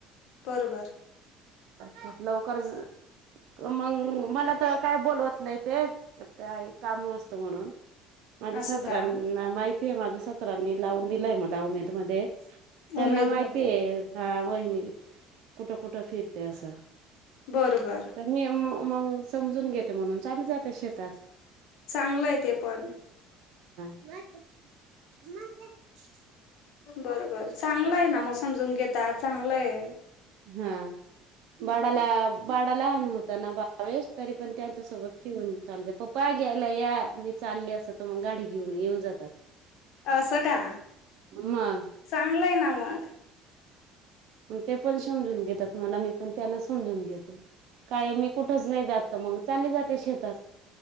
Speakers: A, on the left; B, on the right.
A: बरोबर
B: अ तर लवकरच मग मला तर काय बोलवत नाही ते तर ते काम असत म्हणून माझ्या
A: असं
B: सांसऱ्याना
A: का
B: माहितीय माझ्या सासरांनी लावून दिलंय मला उमेद मध्ये त्यांना
A: उमेद
B: माहिती
A: मध्ये
B: आहे हा वहिणी कुठं कुठं फिरते असं
A: बरोबर
B: तर मी मग समजून घेते म्हणून चाली जाते शेतात
A: चांगलंय ते पण
B: म म का <unintelligible>
A: बर बर चांगलं आहे ना मग समजून घेतात चांगलंय
B: हा बाडाला बाडा लहान होता ना बावेस तरी पण त्यांच्या सोबत ठेऊन चालू द पप्पा घ्यायला या मी चाली अस तर मग गाडी घेऊन येऊन जातात
A: असं का
B: मग
A: चांगलंय ना मग
B: मग ते पण समजून घेतात मला मी पण त्यांना समजून घेते काय मी कुठच नाही जात मग चालीत जाते शेतात